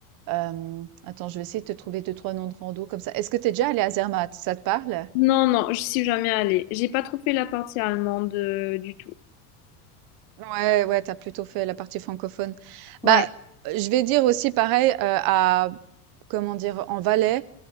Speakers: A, on the right; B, on the left.
A: Hem, attends, je vais essayer de te trouver deux trois noms de randos comme ça. Est-ce que tu es déjà allé à Zermatt? Ça te parle?
B: Non, non, je suis jamais allée. J'ai pas trop fait la partie allemande euh, du tout.
A: Ouais, ouais, t'as plutôt fait la partie francophone.
B: Ouais.
A: Bah, heu, je vais dire aussi pareil, heu, à comment dire? En Valais,